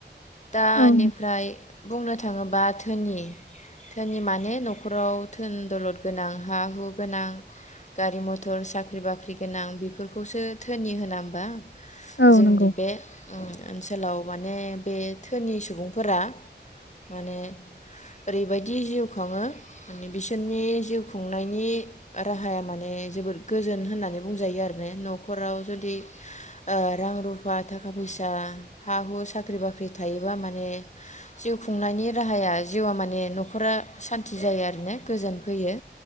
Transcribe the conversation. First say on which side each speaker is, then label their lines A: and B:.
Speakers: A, on the left; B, on the left.
A: दानिफ्राय
B: औ
A: बुंनो थाङोबा धोनि धोनि मान माने न'खराव धोन दौलद गोनां हा हु गोनां गारि मथर साख्रि बाख्रि गोनां बेफोरखौसो धोनि होना होमबा? जोंनि
B: औ नंगौ
A: बे ओनसोलाव माने बे धोनि सुबुंफोरा माने ओरैबायदि जिउ खाङो माने बिसोरनि जिउ खुंनायनि राहाया माने जोबोद गोजोन होननानै बुंजायो आरो ने न'खराव जुदि ओ रां रुफा थाखा फैसा हा हु साख्रि बाख्रि थायोबा माने जिउ खुंनायनि राहाया जिउआ माने न'खरा सान्थि जायो आरो ने गोजोन फैयो।